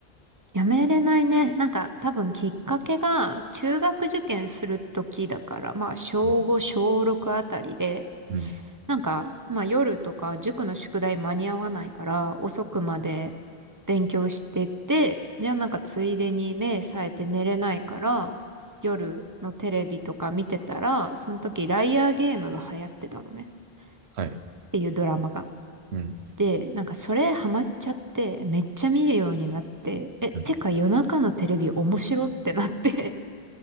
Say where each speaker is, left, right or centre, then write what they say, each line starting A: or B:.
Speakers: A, on the right; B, on the right.
A: やめれないね。なんか多分きっかけが中学受験する時だから、まあ小5、
B: うん。
A: 小6あたりで、
B: うん
A: なんかまあ夜とか塾の宿題間に合わないから遅くまで勉強してて、じゃあなんかついでに目冴えて寝れないから、夜のテレビとか見てたら、その時ライアーゲームが流行ってたのね。
B: はい。
A: っていうドラマが。
B: うん。
A: で、なんかそれハマっちゃって、めっちゃ見るようになって、え、てか夜中のテレビ面白ってなって、
B: う